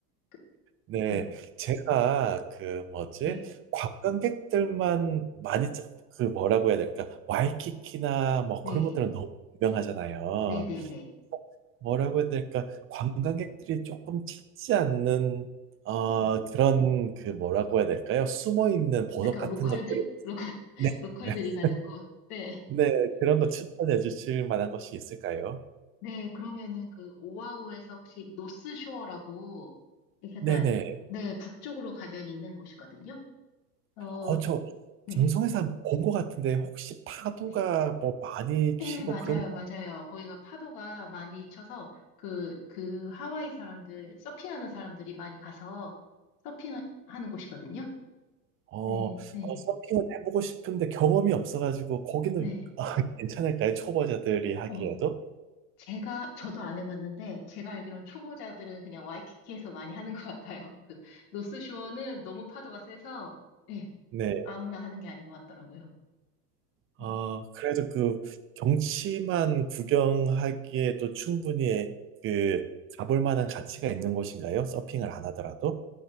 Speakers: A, on the left (about 45°); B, on the right (about 25°).
A: 그-
B: 네,
A: 네,
B: 제가 그 뭐지
A: 네,
B: 관광객들만 많이 짜- 그 뭐라고 해야 될까 와이키키나 뭐
A: 네,
B: 그런 것들은 너무 유명하잖아요.
A: 네, 네, 네.
B: 뭐라고 해야 될까 관광객들이 조금 찾지 않는 어
A: 네.
B: 그런 그 뭐라고 해야 될까요? 숨어 있는 보석
A: 약간
B: 같은
A: 로컬들?
B: 것들을
A: 로컬, <laughs>
B: 네,
A: 로컬들이
B: <laughs>
A: 가는 곳. 네.
B: 네 그런 거 추천해 주실 만한 것이 있을까요?
A: 네, 그러면은 그 오아후에서 혹시 노스쇼어라고, 이렇게 약간,
B: 네네.
A: 네, 북쪽으로 가면 있는 곳이거든요. 어,
B: 어, 저
A: 네,
B: 방송에서 본 것 같은데 혹시 파도가
A: 네.
B: 뭐 많이
A: 네,
B: 치고
A: 맞아요,
B: 그런 거
A: 맞아요. 거기가 파도가 많이 쳐서 그, 그 하와이 사람들, 서핑하는 사람들이 많이 가서 서핑하는 곳이거든요.
B: 어,
A: 네,
B: 어,
A: 네,
B: 서핑은 해보고 싶은데 경험이 없어가지고 거기는
A: 네.
B: 아, <laughs> 괜찮을까요? 초보자들이 하기에도?
A: 어, 제가, 저도 안 해봤는데, 제가 알기로는 초보자들은 그냥 와이키키에서 많이 하는 것 같아요. <laughs> 그, 노스쇼어는 너무 파도가 세서, 예,
B: 네.
A: 아무나 하는 게 아닌 것 같더라고요.
B: 아,
A: 음,
B: 그래도 그 경치만 구경하기에도 충분히 그 가볼 만한 가치가 있는 곳인가요? 서핑을 안 하더라도?